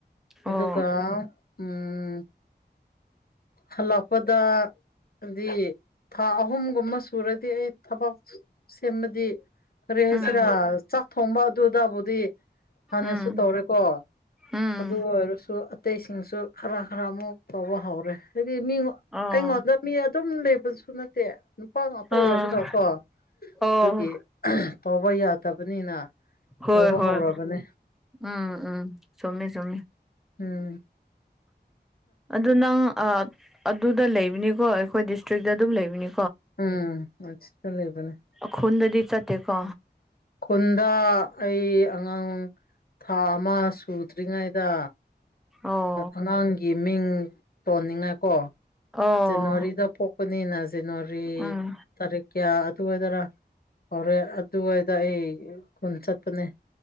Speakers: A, on the left (about 60°); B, in the centre.
A: ꯑꯗꯨꯒ
B: ꯑꯣ
A: ꯎꯝ ꯍꯜꯂꯛꯄꯗ ꯗꯤ ꯊꯥ ꯑꯍꯨꯝꯒꯨꯝꯕ ꯁꯨꯔꯗꯤ ꯑꯩ ꯊꯕꯛ ꯁꯦꯝꯃꯗꯤ ꯀꯔꯤ ꯍꯥꯏꯁꯤꯔꯥ
B: ꯎꯝ
A: ꯆꯥꯛ ꯊꯣꯡꯕ ꯑꯗꯨꯗꯕꯨꯗꯤ ꯍꯥꯟꯅꯁꯨ
B: ꯎꯝ
A: ꯇꯧꯔꯦꯀꯣ
B: ꯎꯝ
A: ꯑꯗꯨ ꯑꯣꯏꯔꯁꯨ ꯑꯇꯩꯁꯤꯡꯁꯨ ꯈꯔ ꯈꯔ ꯑꯃꯨꯛ ꯇꯧꯕ ꯍꯧꯎꯔꯦ ꯍꯥꯏꯗꯤ ꯃꯤ
B: ꯑꯣ
A: ꯑꯩꯉꯣꯟꯗ ꯃꯤ ꯑꯗꯨꯝ ꯂꯩꯕꯁꯨ ꯅꯠꯇꯦ ꯅꯨꯄꯥ ꯉꯥꯛꯇ ꯑꯣꯏꯕꯒ
B: ꯑꯥ
A: ꯀꯣ ꯑꯗꯨꯒꯤ
B: ꯑꯣ
A: ꯇꯧꯕ ꯌꯥꯗꯕꯅꯤꯅ
B: ꯍꯣꯏ
A: ꯇꯧꯕ
B: ꯍꯣꯏ
A: ꯍꯧꯔꯕꯅꯦ
B: ꯎꯝ ꯎꯝ ꯆꯨꯝꯃꯤ ꯆꯨꯝꯃꯤ
A: ꯎꯝ
B: ꯑꯗꯨ ꯅꯪ ꯑ ꯑꯗꯨꯗ ꯂꯩꯕꯅꯤꯀꯣ ꯑꯩꯈꯣꯏ ꯗꯤꯁꯇ꯭ꯔꯤꯛꯇ ꯑꯗꯨꯝ ꯂꯩꯕꯅꯤ
A: ꯎꯝ <inaudible> ꯂꯩꯕꯅꯦ
B: ꯑꯈꯣꯟꯗꯗꯤ ꯆꯠꯇꯦꯀꯣ
A: ꯈꯨꯟꯗ ꯑꯩ ꯑꯉꯥꯡ ꯊꯥ ꯑꯃ ꯁꯨꯗ꯭ꯔꯤꯉꯩꯗ
B: ꯑꯣ
A: ꯑꯉꯥꯡꯒꯤ ꯃꯤꯡ ꯊꯣꯟꯅꯤꯡꯉꯥꯏ ꯀꯣ
B: ꯑꯣ
A: ꯖꯥꯟꯌꯨꯋꯥꯔꯤꯗ ꯄꯣꯛꯄꯅꯤꯅ ꯖꯥꯟꯌꯨꯋꯥꯔꯤ
B: ꯎꯝ
A: ꯇꯥꯔꯤꯛ ꯀꯌꯥ ꯑꯗꯨꯋꯥꯏꯗꯔ ꯀꯧꯔꯦ ꯑꯗꯨꯋꯥꯏꯗ ꯑꯩ ꯄꯨꯟꯅ ꯆꯠꯄꯅꯦ